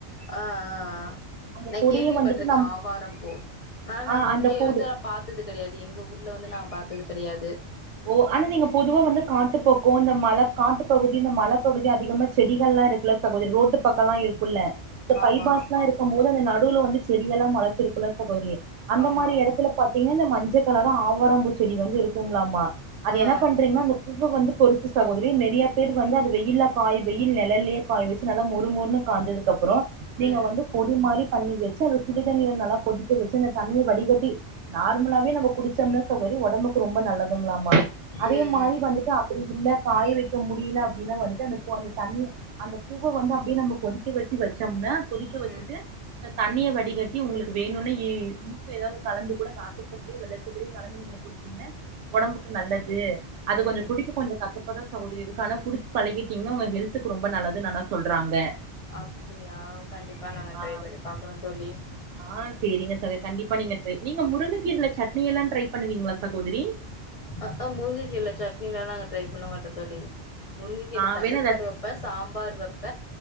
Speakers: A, on the left (about 45°); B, on the right (about 85°).
A: அ அ அ
B: அந்த
A: நா
B: பொடிய
A: கேள்விப்பட்ருக்க
B: வந்துட்டு நம்
A: ஆவாரம் பூ அனா நாங்க
B: ஆ அந்த
A: இங்கே
B: பொடி
A: வந்து நா பாக் த்தது கெடையாது எங்க ஊர்ல வந்து நாங்க பாத்தது கெடையாது
B: ஓ அனா நீங்க பொதுவா வந்து காட்டுப்போக்கோ இந்த மல காட்டு பகுதி இந்த மலப்பகுதி அதிகமா செடிகள்லா இருக்குல சகோதரி ரோட்டு பக்கல்லா இருக்குல்ல இந்த
A: ஆமா
B: பைபாஸ்லா இருக்கும் போது அந்த நடுவுல வந்து செடி எல்லா மொளச்சிருக்குல்ல சகோதரி அந்த
A: ஆமா
B: மாரி எடத்துல பாத்திங்ன்னா இந்த மஞ்ச கலரா ஆவாரம்பூ செடில வந்து இருக்குங்ளாமா அது
A: ஆ
B: என்ன பண்றீங்ன்னா <unintelligible> பூவ வந்து பொறிச்சு சகோதரி நெறயா பேர் வந்து அது வெயில்ல காய்வை நெலலயே காய் வை நல்லா மொறு மொறுன்னு காஞ்சதுக்கப்பறோ நீங்க
A: ம்
B: வந்து பொடி மாரி பண்ணி வெச்சு அத சுடு தண்ணீல நல்லா கொதிக்க வெச்சு அந்த தண்ணிய வடிகட்டி நார்மலாவே நம்ம குடிச்சம்ன்னா சகோதரி ஒடம்புக்கு ரொம்ப நல்லதுங்ளா ம அதே
A: ம்
B: மாரி வந்துட்டு அப்படி இல்ல காய வெக்க முடில அப்டின்னா வந்துட்டு அந்த போ அந்த தண்ணிய அந்த பூவ வந்து அப்டே நம்ப கொதிக்க வெச்சு வெச்சம்ன்னா கொதிக்க வச்சுட்டு
A: ம்
B: அ தண்ணிய வடிகட்டி உங்ளுக்கு வேணுன்னே இ இனிப்பு எதாவது கலந்து கூட நாட்டு சக் <unintelligible> வெள்ளச்சக்கரயூ கலந்து நீங்க குடிச்சிங்ன்னா ஒடம்புக்கு நல்லது அது
A: ம்
B: கொஞ்சோ குடிக்க கொஞ்சோ கசப்பாதா சகோதரி இருக்கு அனா குடிச்சு பழகிட்டீங்ன்னா உங்க ஹெல்த்துக்கு ரொம்ப நல்லதுன் அனா சொல்றாங்க
A: அப்டியா கண்டிப்பா நாங்க
B: ஆ
A: ட்ரை பண்ணி பாக்கறோ தோழி
B: ஆ சேரிங்க <unintelligible> கண்டிப்பா நீங்க ட்ரை நீங்க முருங்கக்கீர்ல சட்னி எல்லா ட்ரை பண்ணுவீங்களா சகோதரி
A: அ அ முருங்க கீரல சட்னிலலா நாங்க ட்ரை பண்ண மாட்டோ தோழி முருங்க கீர
B: ஆ
A: தண்ணி
B: வேணா
A: சார்
B: ரஸ்
A: வெப் இப்ப சாம்பார் வெப்ப